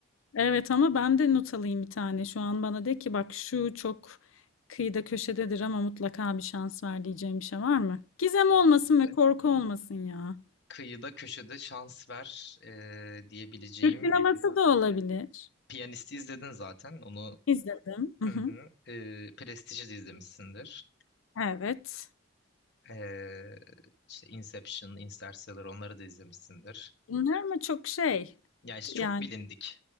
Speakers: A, on the left; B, on the left.
A: Evet ama ben de not alayım bir tane. Şu an bana de ki bak şu çok kıyıda köşededir ama mutlaka bir şans ver diyeceğim bir şey var mı? Gizem
B: Ee,
A: olmasın ve korku olmasın ya.
B: Kıyıda köşede şans ver e, diyebileceğim
A: Türk sineması
B: e,
A: da olabilir.
B: Piyanist'i izledin zaten. Onu
A: İzledim. Hı
B: hı
A: hı.
B: hı. E, Prestige'i de izlemişsindir.
A: Evet.
B: E, işte Inception, Interstellar onları da izlemişsindir.
A: Bunlar mı çok şey?
B: Yani işte
A: Yani
B: çok bilindik.